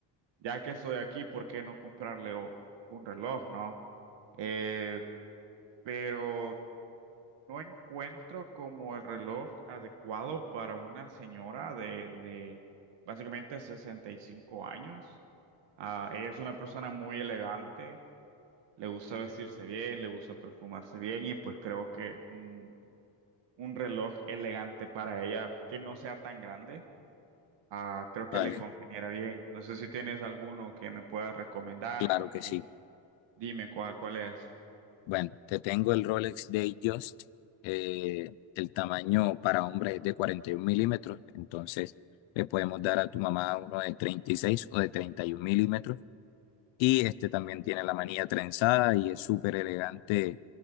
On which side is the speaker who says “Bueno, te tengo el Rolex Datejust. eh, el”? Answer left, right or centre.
Left